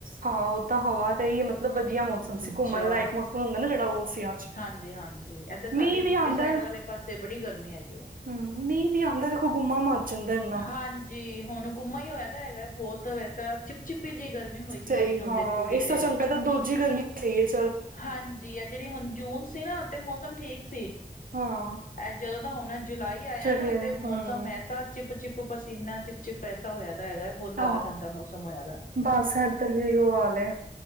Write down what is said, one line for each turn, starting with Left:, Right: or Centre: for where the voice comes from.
Right: ਹਾਂ ਉਹ ਤਾਂ ਹਵਾ ਤਾਂ ਹੀ ਮਤਲਬ ਵਧੀਆ ਮੌਸਮ ਸੀ
Left: ਅੱਛਾ
Right: ਘੁੰਮਣ ਲਾਇਕ ਮੌਸਮ ਹੁੰਦਾ ਨਾ ਜਿਹੜਾ ਉਹ ਸੀ ਅੱਜ
Left: ਹਾਂਜੀ- ਹਾਂਜੀ ਇੱਧਰ
Right: ਮੀਂਹ
Left: ਸਾਡੇ ਯੂਪੀ
Right: ਵੀ ਆਉਂਦਾ
Left: ਸਾਈਡ ਵਾਲੇ ਪਾਸੇ ਬੜੀ ਗਰਮੀ ਹੈਗੀ ਆ
Right: ਹਮ ਨਹੀਂ ਨਹੀਂ ਆਉਂਦਾ ਦੇਖੋ ਬੁਮਾ ਮਰ ਜਾਂਦਾ ਇੰਨਾ
Left: ਹਾਂਜੀ, ਹੁਣ ਗੁੰਮਾ ਹੀ ਹੋਇਆ ਤਾਂ ਹੈਗਾ ਬਹੁਤ ਵੈਸਾ ਚਿਪ ਚਿਪੀ ਜਿਹੀ ਗਰਮੀ ਹੋਈ
Right: ਸਹੀ
Left: ਦੀ ਹੈਗੀ ਹੁਣ
Right: ਹਾਂ
Left: ਦੇਖੋ ਕਿੰਨੇ,
Right: ਇਸ ਤੋਂ ਚੰਗਾ ਤਾਂ ਦੂਜੀ ਗਰਮੀ ਸਹੀ ਹੈ ਚੱਲ
Left: ਹਾਂਜੀ ਜੀ ਆ ਜਿਹੜੀ ਹੁਣ ਜੂਨ ਸੀ ਨਾ ਮੌਸਮ ਠੀਕ ਸੀ
Right: ਹਾਂ
Left: ਇਹ ਜਦੋਂ ਤਾਂ ਹੁਣ ਜੁਲਾਈ ਆਇਆ
Right: ਚਲੇ
Left: ਨਾ ਤੇ
Right: ਹਮ
Left: ਮੌਸਮ ਐਸਾ ਚਿਪ ਚਿਪ ਪਸੀਨਾ, ਚਿਪ ਚਿਪ ਪੈਸਾ ਹੋਇਆ ਤਾਂ ਹੈਗਾ ਬਹੁਤ ਜ਼ਿਆਦਾ
Right: ਹਾਂ
Left: ਗੰਦਾ ਮੌਸਮ ਹੋਆਦਾ ਹੈ
Right: ਬਸ ਇੱਧਰ ਵੀ ਇਹੀਓ ਹਾਲ ਹੈ